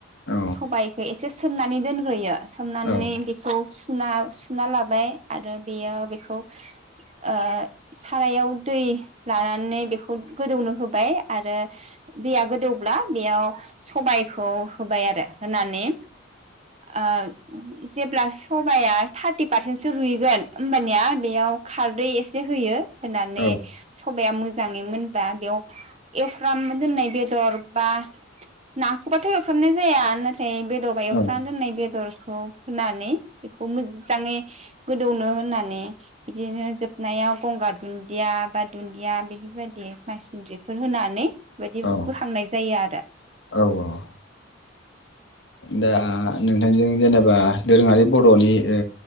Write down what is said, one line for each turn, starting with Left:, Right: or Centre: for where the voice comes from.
Left: औ
Right: सबाइखौ एसे सोमनानै दोनग्रोयो सोमनानै
Left: औ
Right: बेखौ सुना सुना लाबाय आरो बेयो बेखौ ओ सारायाव दै लानानै बेखौ गोदौनो होबाय आरो दैया गोदौब्ला बेयाव सबायखौ होबाय आरो होनानै ओ जेब्ला सबाया थार्टि पारसेन्टसो रुइगोन होमबानिया बेयाव खारदै एसे होयो होनानै
Left: औ
Right: सबाइ सबाया मोजाङै मोनबा बेयाव एउफ्रामना दोननाय बेदर बा नाखौबाथ' एवफ्रामनाय जाया नाथाय बेदरबा एउफ्रामना
Left: औ
Right: दोननाय बेदर औ होनानै बेखौ मोजाङै गोदौनो होनानै बिदिनो जोबनायाव गंगार दुन्दिया बा दुन्दिया बेफोरबायदि माइसिनन्द्रिफोर होनानै बायदि बोखांनाय
Left: औ
Right: आरो
Left: औ औ दा नोंथांजों जेनेबा दोरोङारि बर'नि ओ